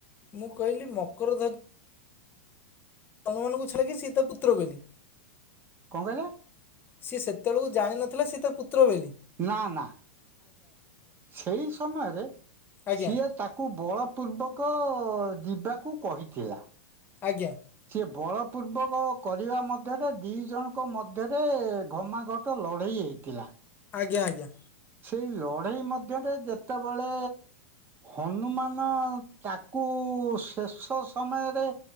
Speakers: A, on the left; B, on the right.
A: ମୁଁ କହିଲି ମକରଧ୍ବ ତମ ମାନଙ୍କୁ ଛାଡ଼ିକି ସିଏ ତା ପୁତ୍ର କହିଲି।
B: କଣ କହିଲେ?
A: ସିଏ ସେତେ ବେଳକୁ ଜାଣିନଥିଲା ସିଏ ତା ପୁତ୍ର ବେଲି?
B: ନା-ନା ସେଇ ସମୟରେ
A: ଆଜ୍ଞା
B: ସିଏ ତା ତାକୁ ବଳପୂର୍ବକ ଯିବାକୁ କହିଥିଲା।
A: ଆଜ୍ଞା।
B: ସିଏ ବଳ ପୂର୍ବକ କରିବା ମଧ୍ୟରେ ଦି ଜଣ ଙ୍କ ମଧ୍ୟରେ ଘମାଘେ ଟ ଲଢ଼େଇ ହେଇଥିଲା।
A: ଆଜ୍ଞା ଆଜ୍ଞା।
B: ସେଇ ଲଢ଼େଇ ମଧ୍ୟରେ ଯେତେବେଳେ ହନୁମାନ ତାକୁ ଶେଷ ସମୟ ରେ